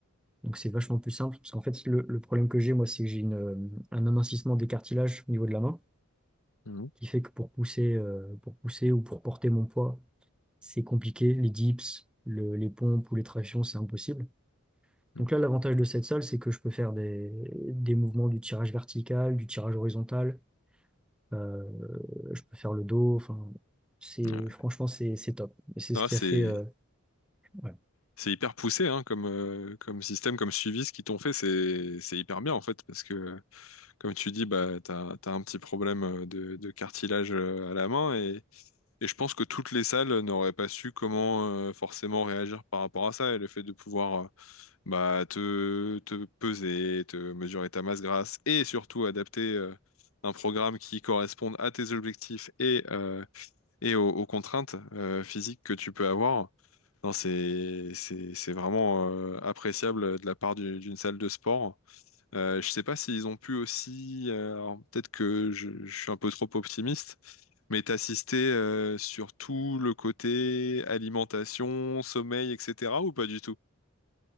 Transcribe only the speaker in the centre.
Donc c'est vachement plus simple, parce qu'en fait, le, le problème que j'ai, moi, c'est que j'ai une, euh, un amincissement des cartilages au niveau de la main,
qui fait que pour pousser, euh, pour pousser ou pour porter mon poids, c'est compliqué. Les dips, le- les pompes ou les tractions, c'est impossible.
Donc là, l'avantage de cette salle, c'est que je peux faire des, des mouvements du tirage vertical, du tirage horizontal, euh, je peux faire le dos, enfin, c'est,
franchement, c'est, c'est top. Et c'est
ce qui
a fait, euh, ouais,